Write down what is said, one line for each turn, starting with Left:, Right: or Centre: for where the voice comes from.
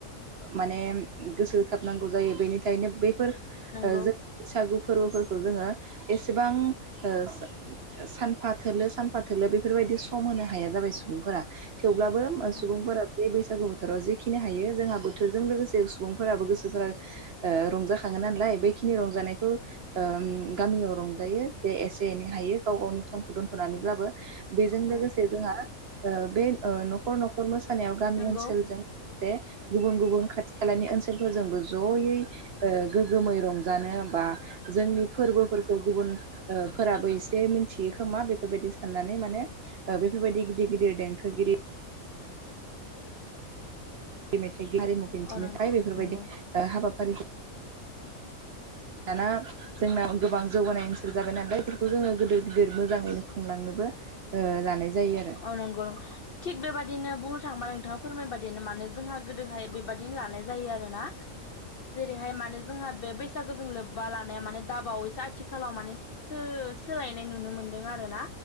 Right: माने गोसो होथाबनांगौ जायो बेनिथायनो बै फोर ओ
Left: नंगौ
Right: जों बैसागु फोरबोफोरखौ जोङो एसेबां ओ सानफा थोलो सानफा थोलो बेफोरबायदि सम होनो हाया जाबाय सुबुंफोरा थेवब्लाबो
Left: नंगौ
Right: सुबुंफोरा बे बैसागु बो थोराव जेखिनि हायो जोंहा बोथोरजों लोगोसे सुबुंफोराबो गोसोफोरा ओ रंजाखाङो नालाय बैखिनि रंजानायखौ ओ उम गामियाव रंजायो जे एसे एनै हायो गाव गावनि समखौ दोनथ' थ'नैब्लाबो बेजों
Left: औ
Right: लोगोसे जोंहा ओ बे ओ न'खर न'खर मोसा सानायाव गामि
Left: नंगौ
Right: ओनसोलजों बे गुबुन गुबुन खाथि खालानि ओनसोलफोरजोंबो ज'यै ओ गोगोमै रंजानो बा जोंनि फोरबोफोरखौ गुबुन ओ फोराबो एसे मिथियो खोमा बे बेफोरबायदि साननानै माने ओ बेफोरबायदि गिदिर गिदिर देंखोगिरि मेथाइ हारिमुखौ दिन्थिनो
Left: अ नंगौ
Right: थायो बेफोरबायदि
Left: नंगौ
Right: ओ हाबाफारिखौ दाना जोंना गोबां जौगानाय ओनसोल जाबाय नालाय बेफोरखौ जोङो गिदिर गिदिर मोजाङैनो खुंलांनोबो ओ लानाय जायो आरो
Left: अ नंगौ नं थिक बेबाद बिदिनो बुंनो थाङोबा नोंथाङा फोरमाय बादिनो माने जोंहा गोदोहाय बेबादिनो लानाय जायो आरोना जेरैहाय माने जोंहा बे बैसागोजों लोब्बा लानाया माने दाबावैसो आथिखालाव माने सो सोलायनाय नुनो मोनदों आरो ना